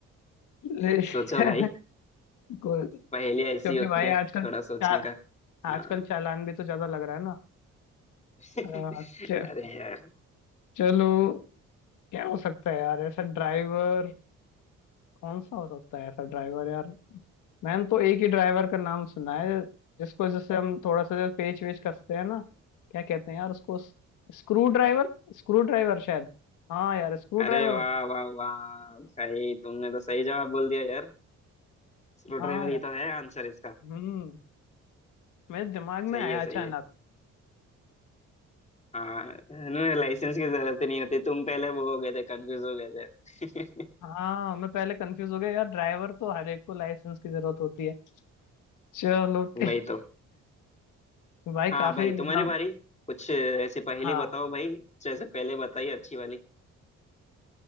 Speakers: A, on the left; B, on the left.
A: ले-
B: <laughs> सोचो
A: <laughs>
B: भाई
A: को-
B: पहेलियाँ ऐसी
A: क्योंकि
B: होती
A: भाई
B: है
A: आजकल
B: थोड़ा
A: चा,
B: सोचने का हाँ
A: आजकल चालान भी तो ज्यादा लग रहा है ना
B: <laughs>
A: आ, च,
B: अरे यार
A: चलो क्या हो सकता है यार ऐसा ड्राइवर कौन सा हो सकता है ऐसा ड्राइवर यार मैंने तो एक ही ड्राइवर का नाम सुना है जिसको जैसे हम थोड़ा सा जो पेच वेच कसते हैं ना क्या कहते हैं यार उसको स्क्रू ड्राइवर स्क्रू ड्राइवर शायद हाँ यार स्क्रू ड्राइवर
B: अरे वाह वाह वाह भाई तुमने तो सही जवाब बोल दिया यार स्क्रू
A: हाँ
B: ड्राइवर ही
A: यार
B: तो है आंसर इसका
A: हम्म मेरे दिमाग
B: सही
A: में आया
B: है
A: अचानक
B: सही है हाँ इन्हें लाइसेंस की जरूरत ही नहीं होती तुम पहले वो हो गए थे कंफ्यूज हो गए थे
A: हाँ मैं पहले कंफ्यूज हो गया यार ड्राइवर तो हर एक को लाइसेंस की जरूरत होती है चलो
B: <laughs>
A: <laughs> ठीक।
B: वही तो
A: भाई
B: हाँ
A: काफी
B: भाई तुम्हारे
A: मतलब
B: भाई कुछ ऐसी पहेली
A: हाँ
B: बताओ भाई जैसे पहले बताई अच्छी वाली